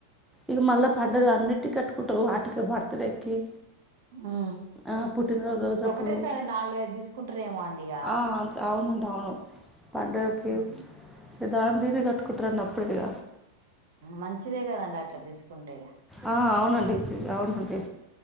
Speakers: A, in the centre; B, on the right (about 55°).
A: ఇగ మళ్ళా పండుగలు అన్నిటికి కట్టుకుంటారు వాటికె బర్త్డేకి
B: ఉ
A: ఆ, పుట్టినరోజు
B: ఒకటే
A: అప్పుడు
B: సారి నాలుగ ఐదు తీసుకుంటారేమో అండి ఇగ
A: ఆ అంత అవునండి అవును పండగకి
B: ఉహు
A: దాన్ దీని కట్టుకుంట్రండి అప్ ప్పుడిగ
B: మంచిదే కదండి అట్లా తీసుకుంటే
A: ఆ అవునండి అవునండి